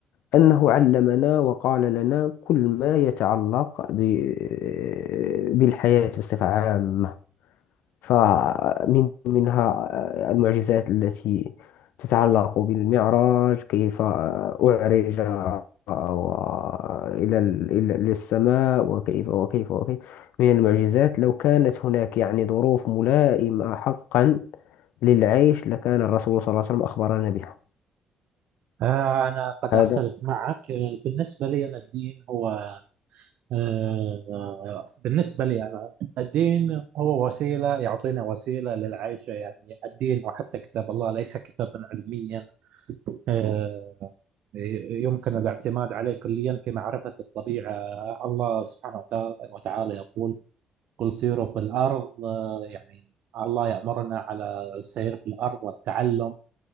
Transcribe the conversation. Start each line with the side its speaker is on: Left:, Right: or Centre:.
Left: أنه علمنا وقال لنا كل ما يتعلق ب- بالحياة بصفة عامة فمن منها آه، المعجزات التي تتعلق بالمعراج كيف آه، أعرج آه، إلى ال- إلى إلى السماء وكيف وكيف وكيف من المعجزات لو كانت هناك يعني ظروف ملائمة حقا للعيش لكان الرسول صلى الله عليه وسلم أخبرنا بها
Right: آه، أنا قد
Left: هذا
Right: أختلف معك آه، بالنسبة لي أنا الدين هو آه، بالنسبة لي أنا الدين هو وسيلة يعطينا وسيلة للعيش يعني الدين وحتى كتاب الله ليس كتابا علميا آه، يمكن الاعتماد عليه كليا في معرفة الطبيعة الله سبحانه وتع- وتعالى يقول قل سيروا في الأرض آه، يعني الله يأمرنا على السير في الأرض والتعلم